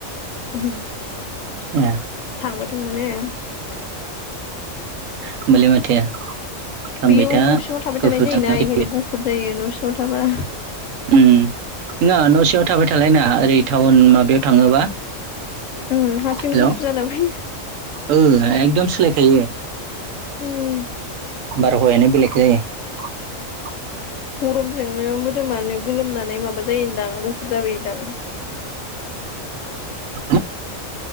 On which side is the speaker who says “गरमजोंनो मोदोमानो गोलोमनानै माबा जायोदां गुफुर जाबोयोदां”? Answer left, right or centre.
Left